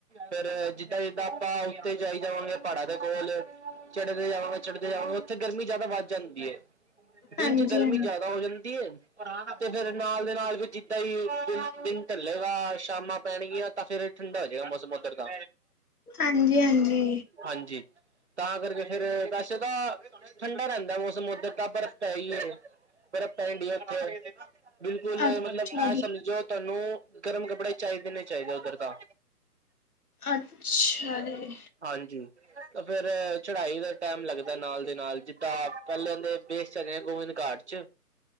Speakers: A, on the right; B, on the left.
A: ਫੇਰ ਜਿੱਦਾਂ - ਜਿੱਦਾਂ ਆਪਾਂ ਉੱਤੇ ਜਾਈ ਜਾਵਾਂਗੇ ਪਹਾੜਾਂ ਦੇ ਕੋਲ ਚੜਦੇ ਜਾਵਾਂਗੇ- ਚੜਦੇ ਜਾਵਾਂਗੇ ਉੱਥੇ ਗਰਮੀ ਜ਼ਿਆਦਾ ਵੱਧ ਜਾਂਦੀ ਏ। ਦਿਨ'ਚ
B: ਹਾਂਜੀ-ਹਾਂਜੀ।
A: ਗਰਮੀ ਜਿਆਦਾ ਹੋ ਜਾਂਦੀ ਏ। ਤੇ, ਫਿਰ ਨਾਲ ਦੇ ਨਾਲ ਵੀ, ਜਿੱਦਾ ਹੀ ਦਿਨ- ਦਿਨ ਢੱਲੇਗਾ ਸ਼ਾਮਾਂ ਪੈਣਗੀਆਂ ਤਾਂ ਫਿਰ ਠੰਡਾ ਹੋ ਜੇਗਾ ਮੌਸਮ ਉੱਧਰ ਦਾ।
B: ਹਾਂਜੀ-ਹਾਂਜੀ।
A: ਹਾਂਜੀ ਤਾਂ ਕਰਕੇ, ਫੇਰ, ਵੈਸੇ ਤਾਂ ਠੰਡਾ ਰਹਿੰਦਾ ਮੌਸਮ ਉਧਰ ਤਾਂ ਬਰਫ਼ ਪੈਹੀ ਏ, ਬਰਫ਼ ਪੈਣਡੀਏ ਉੱਥੇ। ਬਿਲਕੁਲ।
B: ਅੱਛਾ
A: ਮਤਲਬ, ਐ
B: ਜੀ,
A: ਸਮਝੋ ਤੁਹਾਨੂੰ ਗਰਮ ਕੱਪੜੇ ਚਾਹੀਦੇ ਨੇ, ਚਾਹੀਦੇ ਉੱਧਰ ਤਾਂ।
B: ਅੱਛਾ ਜੀ।
A: ਹਾਂਜੀ ਫਿਰ ਚੜ੍ਹਾਈ ਦਾ ਟਾਈਮ ਲੱਗਦਾ, ਨਾਲ ਦੀ ਨਾਲ ਜਿੱਦਾਂ ਪਹਿਲੇ ਦੇ ਬੇਸ ਕਦੇ ਗੋਬਿੰਦ ਘਾਟ'ਚ